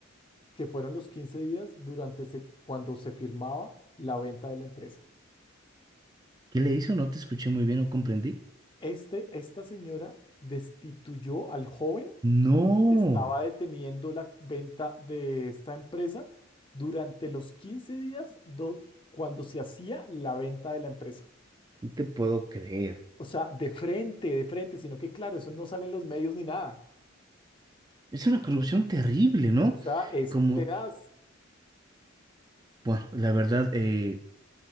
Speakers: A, on the left; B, on the right.
A: que fueron los 15 días durante se- cuando se firmaba la venta de la empresa.
B: ¿Qué le hizo? No te escuché muy bien, no comprendí.
A: Este, esta señora destituyó al joven
B: No,
A: que estaba deteniendo la venta de esta empresa durante los quince días do- cuando se hacía la venta de la empresa.
B: no te puedo creer.
A: O sea, de frente, de frente, sino que claro, eso no sale en los medios ni nada.
B: Es una corrupción terrible, ¿no?
A: O sea, es
B: Como,
A: tenaz.
B: bueno, la verdad, eh,